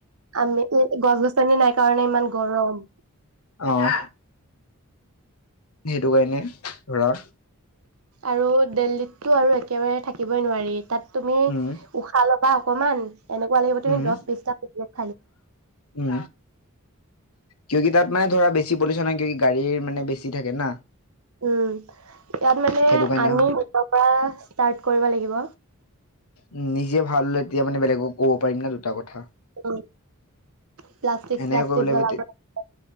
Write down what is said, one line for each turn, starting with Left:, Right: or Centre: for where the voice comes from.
Right: আমি গছ -গছনি নাই কাৰণে ইমান গৰম
Left: অহ সেইটো কাৰণে ধৰা
Right: আৰু দিল্লীতটো আৰু একেবাৰে থাকিবই নোৱাৰি। তাত তুমি
Left: উম
Right: উশাহ লব তাৰপৰা অকমান এনেকুৱা লাগিব তুমি
Left: উম
Right: দছ বিছটা কুকুৰক
Left: উম কিয় কি তাত মানে ধৰা বেছি পলিউচ্যন হয় কিয় গাড়ীৰ মানে বেছি থাকে না
Right: উম ইয়াত মানে
Left: সেইটো কাৰণে
Right: আমি
Left: হয়
Right: নিজৰ পৰা ষ্টাৰ্ট কৰিব লাগিব
Left: উ নিজে ভাল হলে তেতিয়া মানে বেলেগক ক'ব পাৰিম না দুটা কথা
Right: উ প্লাষ্টিক
Left: এনেকে
Right: প্লাষ্টিক
Left: কৰিব লাগিব
Right: জলাব নালাগে